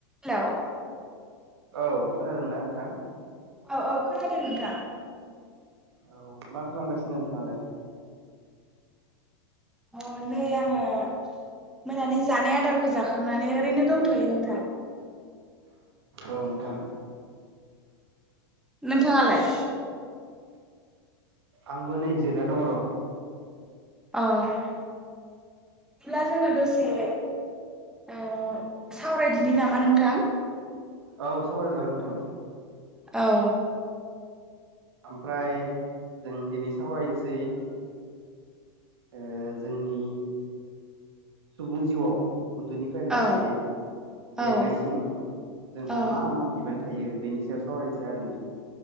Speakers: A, in the centre; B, on the right.
A: हेलौ
B: औ खोनादोंना नोंथां
A: औ औ खोनादों नोंथां
B: औ मा खालामगासिनो नोंथाङालाय
A: अ नै आङो मोनानि जानाय आदारखौ जाखांनानै ओरैनो दंथ'यो नोंथां
B: औ नोंथां
A: नोंथाङालाय
B: आंबो नै जिरायना दङ र'
A: अ बिदिब्ला जोङो दसे ओ सावरायदिनि नामा नोंथां
B: औ सावरायजागोन नोंथां
A: औ
B: ओमफ्राय जों दिनै सावरायनोसै ओ जोंनि सुबुं जिवाव उन्दैनिफ्राय लानानै
A: औ
B: देरनायसिम
A: औ
B: जोंहा
A: औ
B: मा मा बिबान थायो बेनि सायाव सावरायनोसै आरो नोंथां